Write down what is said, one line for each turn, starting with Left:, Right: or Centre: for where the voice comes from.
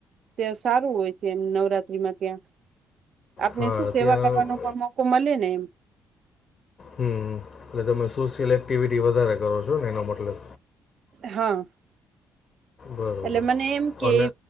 Right: તે સારું હોય છે એમ નવરાત્રીમાં ત્યાં. આપને
Left: હા
Right: શું સેવા
Left: ત્યાં
Right: કરવાનો પણ મોકો મળે ને એમ.
Left: હમ! એટલે તમે સોશિયલ એક્ટિવિટી વધારે કરો છો ને, એનો મતલબ.
Right: હા.
Left: બરોબર
Right: એટલે મને એમ કે,
Left: અને